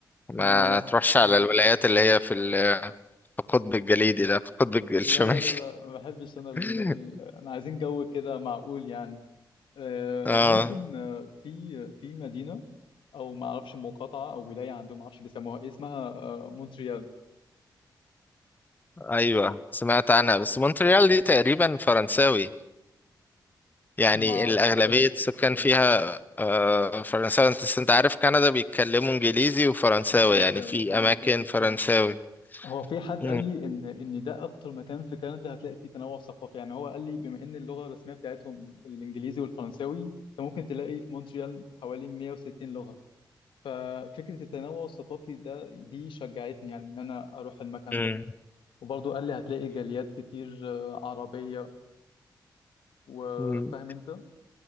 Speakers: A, on the left; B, on the left.
A: ما
B: ما
A: تروحش على الولايات اللي هي في ال- في القطب الجليدي ده في القطب الج-
B: لا
A: الشمالي
B: لا لا لا ما بحبش انا ال...
A: <laughs>
B: ال... انا عايزين جو كده معقول يعني آه،
A: اه
B: ممكن آه، في في مدينة او ما اعرفش مقاطعه او ولايه عندهم ما اعرفش بيسموها إيه، اسمها آه، مونتريال
A: ايوه سمعت عنها بس مونتريال دي تقريبا فرنساوي يعني
B: ما
A: الأغلبية
B: بجد
A: السكان فيها آه، فرنساوي انت أنت عارف كندا بيتكلموا انجليزي وفرنساوي
B: وفرنساوي
A: يعني في
B: اه
A: اماكن فرنساوي
B: هو في حد
A: مم.
B: قال لي ان ان ده اكتر مكان في كندا هتلاقي فيه تنوع ثقافي يعني هو قال لي بما ان اللغه الرسميه بتاعتهم الانجليزي والفرنساوي انت ممكن تلاقي في مونتريال حوالي 160 لغه ففكره التنوع الثقافي ده دي شجعتني يعني ان انا اروح المكان
A: مم.
B: ده وبرضه قال لي هتلاقي جاليات كتير آه، عربيه وفاهم
A: مم.
B: انت